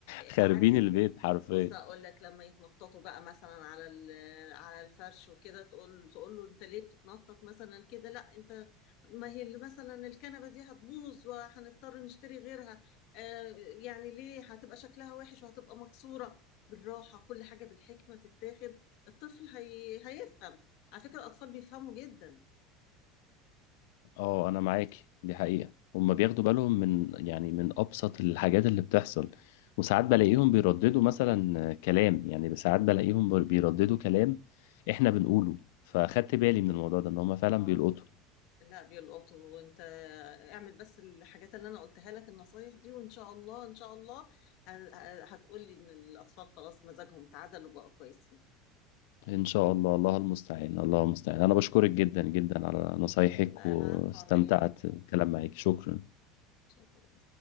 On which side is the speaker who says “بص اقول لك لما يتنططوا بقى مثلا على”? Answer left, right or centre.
Left